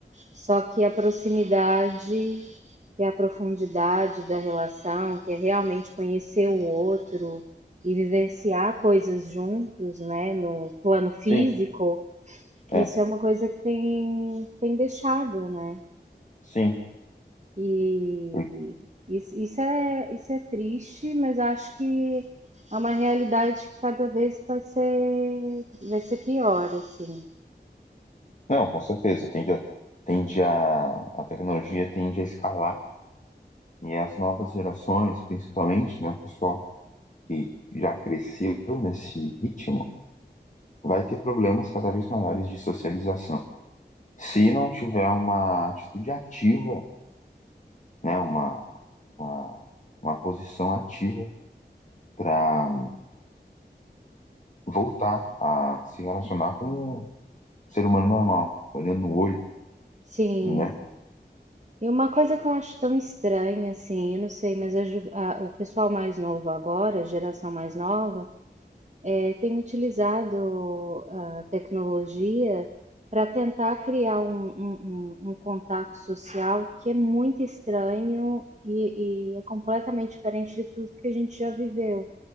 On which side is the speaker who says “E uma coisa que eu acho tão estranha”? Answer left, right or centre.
Right